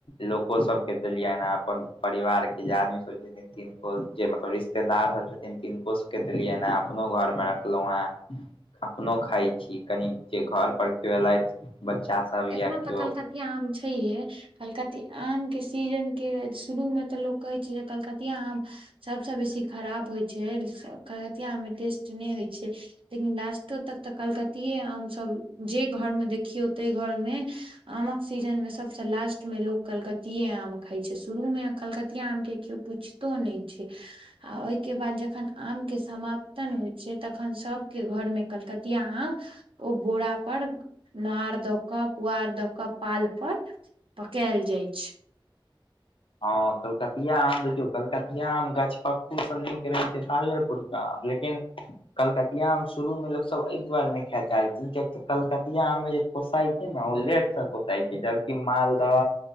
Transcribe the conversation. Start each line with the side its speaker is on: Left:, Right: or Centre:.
Left: लोको सबके देलियैन हे अपन परिवार के जे आदमी सब। तिनको जे मतलब रिश्तेदार हथिन तिनको सबके देलियैन हें अपनो घर में रखलहुं हें।
Right: <inaudible>
Left: अपनो खाय छी कनि जे घर पर कियो एलथि बच्चा सब।
Right: एखनो
Left: या केओ
Right: तकऽ कलकतिया आम छैहे। कलकति आमके सीजनके शुरूमे तऽ लोक कहैत छै जे कलकतिया आम। सभसँ बेसी खराब होइ छै कलकतिया आम मे टेस्ट नइ होइ छै। लेकिन लास्टो तक तऽ कलकतिए आमसभ जे घरमे देखियौ ताहि घरमे। आमक सीजन में सबस लास्ट मे लोग कलकतिेये आम खाय छै शुरू मे कलकतिया आम के केओ पूछ तो नइ छै। आ ओहिके बाद जखन आमके समाप्तन होइ छै तखन सभके घरमें कलकतिया आम। ओ बोरा पर नार। द क पुआर द क पाल पर पकायल जाय छै।
Left: हँ कलकतिया आम देखियौ कलकतिया आम गछपक्कू स नीक रहैत छै पालेपरके। लेकिन। कलकतिया आम शुरू मे लोकसभ एहि दुआरे नहि खायए चाहैत छै किय तऽ कलकतिया आम मे जे। कोसाइत छै ने ओ लेट से कोसाइत छै जबकि मालदह